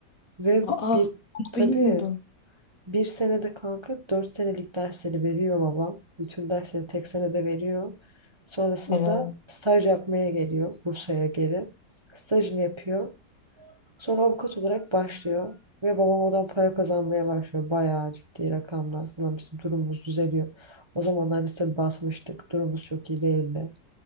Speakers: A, on the right; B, on the left.
A: Ve
B: Aa,
A: bir
B: onu
A: tabii
B: bilmiyordum.
A: bir senede kanka dört senelik dersleri veriyor babam. Bütün dersleri tek senede veriyor. Sonrasında
B: Helal.
A: staj yapmaya geliyor Bursa'ya geri. Stajını yapıyor. Sonra avukat olarak başlıyor. Ve babam oradan para kazanmaya başlıyor. Bayağı ciddi rakamlar falan bizim durumumuz düzeliyor. O zamanlar biz tabii basmıştık. Durumumuz çok iyi değildi.